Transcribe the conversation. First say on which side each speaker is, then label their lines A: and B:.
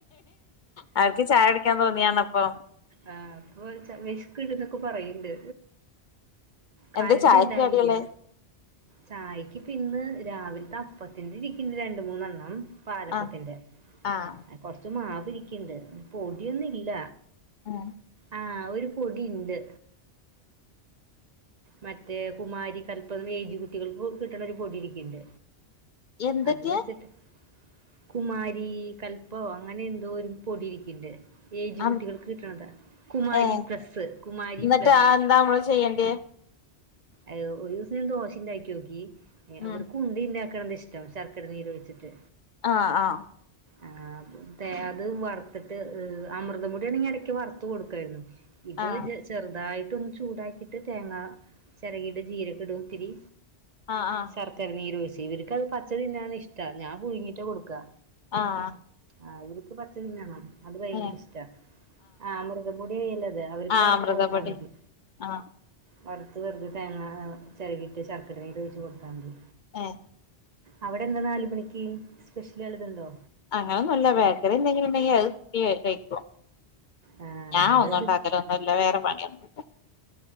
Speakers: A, on the left; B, on the right.
A: അവർക്ക് ചായ കുടിക്കാൻ തോന്നിയാണപ്പം
B: ആഹ് അപ്പൊ ച്ച വെഷ്ക്ക്ണ്ട്ന്നൊക്കെ പറയണ്ട് കറണ്ട്
A: എന്താ ചായക്ക്
B: ഇണ്ടായില്ല.
A: കടികള്
B: ചായയ്ക്ക് പിന്ന് രാവിലത്തെ അപ്പത്തിന്റെ ഇരിക്കുന്നു രണ്ടു മൂന്നെണ്ണം പാലപ്പത്തിന്റെ.
A: ആഹ് ആഹ്
B: കൊറച്ച് മാവ് ഇരിക്കണ്ട് പൊടിയൊന്നും ഇല്ല.
A: ആഹ്
B: ആഹ് ഒരു പൊടി ഇണ്ട്. മറ്റേ കുമാരി തല്പ്പ ഏജ് കുട്ടികൾക്ക് കിട്ടണ ഒരു പൊടി ഇരിക്കണ്ട്
A: എന്തൊക്കെയാ
B: അത് വെച്ചിട്ട് കുമാരി കല്പം അങ്ങനെ എന്തോ ഒരു പൊടിയിരിക്കണ്ട് ഏജ്
A: ആഹ്
B: കു കിട്ടണ്ട. കുമാരി
A: ഏഹ്
B: പ്രസ് കുമാരി
A: എന്നിട്ട്
B: പ്ലസ്
A: ആഹ് എന്താ നമ്മള് ചെയ്യേണ്ടിയേ
B: അഹ് ഒരു ദിവസം ഞാൻ ദോശ ഇണ്ടാക്കിയോക്കി. അവർക്
A: ഉം
B: ഉണ്ടിണ്ടാക്കണത് ഇഷ് ഷ്‌ടം ശർക്കര നീര് ഒഴിച്ചിട്ട്.
A: ആഹ് ആഹ്
B: ആഹ് തേ അത് വറുത്തിട്ട് അമൃതം <unintelligible> ഇടയ്ക്ക് വറുത്തു കൊടുക്കായിരുന്നു. ഇത്
A: ആഹ്
B: ചെറുതായിട്ടൊന്ന് ചൂടാക്കിട്ട് തേങ്ങ ചെരകിയത് ജീരകം ഇടും ഇത്തിരി
A: ആഹ് ആഹ്
B: ശർക്കര നീരോഴിച്ച് ഇവര്ക്കത് പച്ചതിന്നാണ് ഇഷ്ട ഞാ പുഴുങ്ങിറ്റാ കൊടുക്കാ
A: ആഹ്
B: ആഹ് ഇവര്ക്ക് പച്ചതിന്നണം അത് ഭയങ്കര
A: ഏഹ്
B: ഇഷ്ട ആഹ് അമൃതം പൊടി ആയാലത് അവർക്ക്
A: ആഹ്
B: വറുത്ത്
A: അമൃതപൊടി
B: കൊടുത്താ മതി
A: ആഹ്
B: വറുത്ത് വെറു തേങ്ങ ചെറകിട്ട് ശർക്കര നീര് ഒഴിച്ചു കൊടുത്താമതി
A: ഏഹ്
B: അവിടെ എന്താ നാലു മണിക്ക്? സ്പെഷ്യൽ വല്ലതും ഉണ്ടോ?
A: അങ്ങനൊന്നും അല്ല. ബേക്കറി എന്തെങ്കിലും ഉണ്ടെങ്കി അത് <unintelligible> കഴിക്കും.
B: ആ
A: ഞാൻ
B: ഇവിടെ
A: ഒന്നും ഉണ്ടാക്കലൊന്നൂല്ല.
B: ബിസ്
A: വേറെ പണിയൊന്നൂല്ല.